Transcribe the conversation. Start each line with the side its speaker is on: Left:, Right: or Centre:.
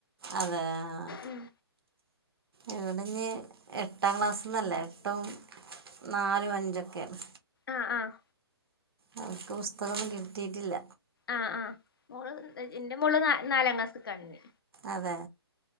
Right: അതെ ആഹ്
Left: ഉം
Right: ആഹ് ഇവിടെ ഞ്ഞി എട്ടാം ക്ലാസ്ന്നല്ലേ എട്ടും നാലും അഞ്ചൊക്കെയാണ്
Left: ആഹ് ആഹ്
Right: അവർക്ക് പുസ്തകം ഒന്നും കിട്ടിട്ടില്ല
Left: ആഹ് ആഹ് മോള് എന്റെ മോള് നാലാം ക്ലാസ്കാണേ
Right: അതെ